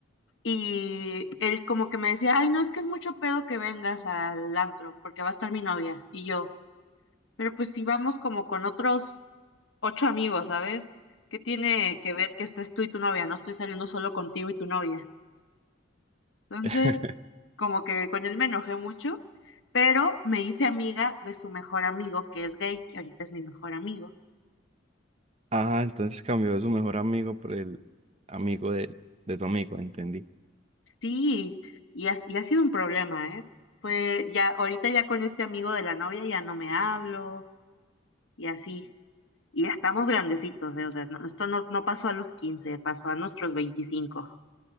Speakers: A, on the left; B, on the right.
A: y él como que me decía, ay, no, es que es mucho pedo que vengas al antro, porque va a estar mi novia y yo, pero pues si vamos como con otros ocho amigos, ¿sabes? ¿Qué tiene que ver que estés tú y tu novia? No estoy saliendo solo contigo y tu novia. Entonces,
B: <laughs>
A: como que con él me enojé mucho, pero me hice amiga de su mejor amigo, que es gay, que ahorita es mi mejor amigo.
B: Ah, entonces cambió a su mejor amigo por el amigo de, de tu amigo, entendí.
A: Sí, y ha, y ha sido un problema, ¿eh? Fue ya, ahorita ya con este amigo de la novia ya no me hablo y así. Y ya estamos grandecitos, ¿eh? O sea, no- esto no, no pasó a los 15, pasó a nuestros veinticinco.